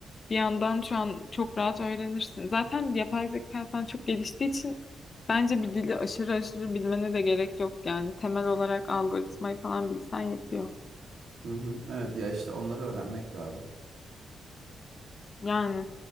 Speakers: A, on the left; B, on the right.
A: bir yandan şu an çok rahat öğrenirsin. Zaten yapay zeka falan çok geliştiği için bence bir dili aşırı aşırı bilmene de gerek yok yani. Temel olarak algoritmayı falan bilsen yetiyor.
B: Hı hı. Evet ya işte onları öğrenmek lazım.
A: Yani